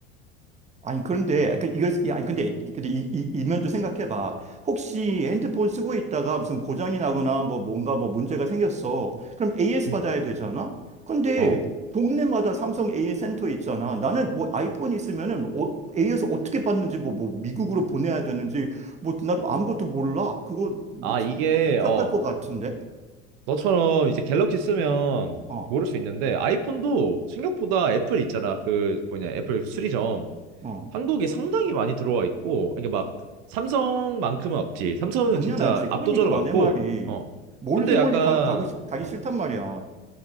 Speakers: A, on the right; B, on the right.
A: 아니 그런데 그 이거 아니 근데 근데 이, 이, 이 면도 생각해봐. 혹시 핸드폰 쓰고 있다가 무슨 고장이 나거나 뭐 뭔가 뭐 문제가 생겼어. 그럼 AS
B: 응.
A: 받아야 되잖아. 근데
B: 어.
A: 동네마다 삼성 AS 센터 있잖아. 나는 뭐 아이폰이 있으면은 어, AS 어떻게 받는지 뭐, 뭐 미국으로 보내야 되는지 뭐난 아무것도 몰라. 그거 뭐
B: 아,
A: 진짜
B: 이게,
A: 복잡할
B: 어,
A: 것 같은데.
B: 너처럼 이제 갤럭시 쓰면
A: 어,
B: 모를 수 있는데 아이폰도 생각보다 애플 있잖아. 그 뭐냐, 애플 그 수리점.
A: 어,
B: 한국에 상당히 많이 들어와 있고, 이게 막 삼성만큼은 없지. 삼성은
A: 당연하지.
B: 진짜
A: 그러니까
B: 압도적으로 많고,
A: 내 말이
B: 어.
A: 멀리
B: 근데 약간,
A: 멀리 가, 가고 싶- 가기
B: 어,
A: 싫단 말이야.